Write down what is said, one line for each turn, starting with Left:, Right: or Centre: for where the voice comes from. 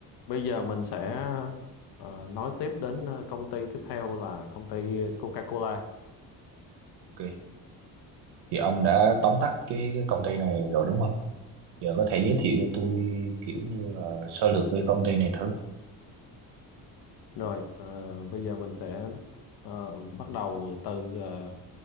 Left: Bây giờ mình sẽ ờ, nói tiếp đến ờ, công ty tiếp theo là công ty Coca-Cola.
Right: Ok, thì ông đã tóm tắt cái, cái công ty này rồi đúng không? Giờ có thể giới thiệu cho tôi kiểu như là sơ lược về công ty này thử.
Left: Rồi, ờ, bây giờ mình sẽ ờ, bắt đầu từ ờ,